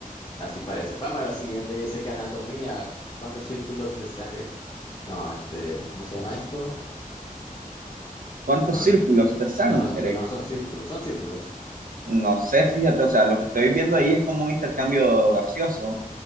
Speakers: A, on the left; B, on the right.
A: así parece. Vamos a la siguiente. Dice que anatomía. ¿Cuántos círculos de sangre? No, este, ¿cómo se llama esto?
B: ¿Cuántos
A: ¿Cuánto?
B: círculos de sangre?
A: No, sé, no son círculos, son círculos.
B: No sé, fíjate, o sea, lo que estoy viendo ahí es como un intercambio gaseoso.